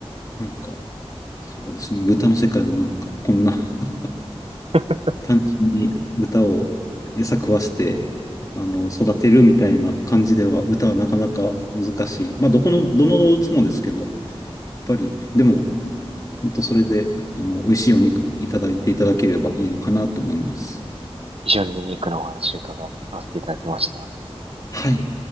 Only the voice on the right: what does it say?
<laughs>
非常にユニークなお話を伺わせていただきました。